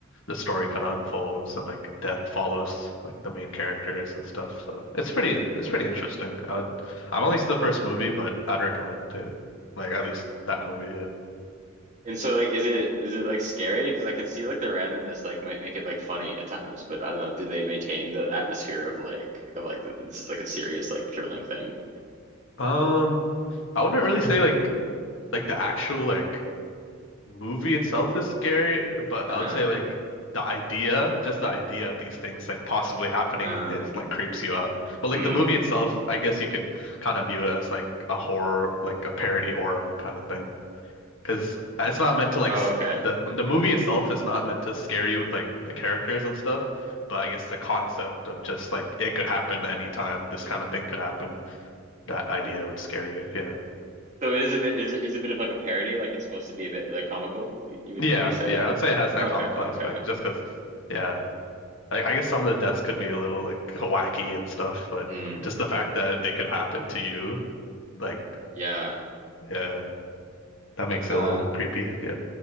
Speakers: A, on the left; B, on the right.
A: the story kind of unfolds and like death follows like the main characters and stuff. So it's pretty it's pretty interesting. I would, I've only seen the first movie, but I'd recommend it. Like at least that movie, yeah.
B: And so like is it is it like scary? Because I could see like the randomness like might make it like funny at times, but I don't know, do they maintain the atmosphere of like of like this is like a serious like thrilling thing?
A: Um, I wouldn't really say like like the actual like movie itself is scary, but
B: Uh-huh.
A: I would say like the idea, just the idea of these things like possibly happening
B: Uh,
A: is like creeps you out. But like
B: hmm.
A: the movie itself, I guess you could kind of view it as like a horror, like a parody horror kind of thing. Because it's not meant to like
B: Oh,
A: s-
B: okay.
A: the the movie itself is not meant to scare you with like the characters and stuff. But I guess the concept of just like it could happen anytime, this kind of thing could happen, that idea would scare you. Yeah.
B: So it is a bit is it's a bit of like a parody, like it's supposed to be a bit like comical, you would
A: Yeah.
B: would you say?
A: Yeah. I would say it has that
B: Okay,
A: comical
B: okay.
A: aspect just because, yeah. I, I guess some of the deaths could be a little like wacky and stuff, but
B: Hmm.
A: just the fact that they could happen to you, like,
B: Yeah.
A: yeah, that makes
B: Uh,
A: it a little creepy. Yeah.